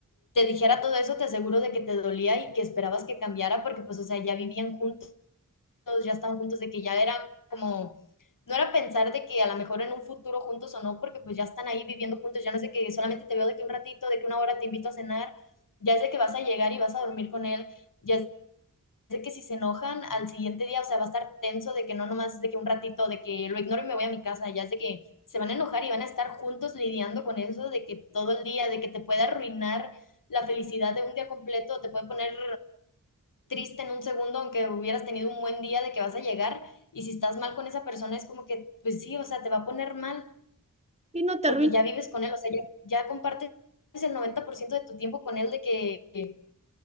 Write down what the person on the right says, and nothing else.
Y no te
arruines